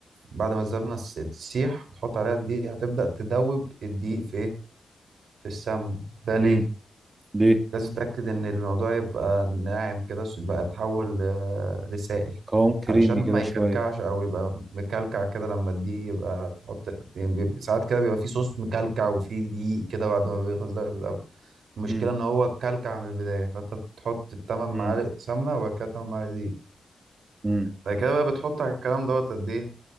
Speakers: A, on the right (about 85°); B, on the right (about 35°).
A: بعد ما الزبدة تس- تسيح وتحط عليها الدقيق هتبدأ تدوب الدقيق في ايه في السمنة ده ليه
B: امم ليه
A: لازم تتأكد ان الموضوع يبقى ناعم كده س- يبقى يتحول ل- لسائل
B: قوام كريمي
A: علشان ما
B: كده
A: يكلكعش
B: شوية
A: او يبقى مكلكع كده لما الدقيق يبقى تحط يعني بيبقى- ساعات كده بيبقى فيه صوص مكلكع وفيه دقيق كده بعد ما بيخلص ده بيبقى المشكلة
B: امم
A: ان هو كلكع من البداية فانت بتحط التمن معالق
B: امم
A: سمنة وبعد كده تمن معالق دقيق
B: امم
A: بعد كده بقى بتحط على الكلام دوت قد ايه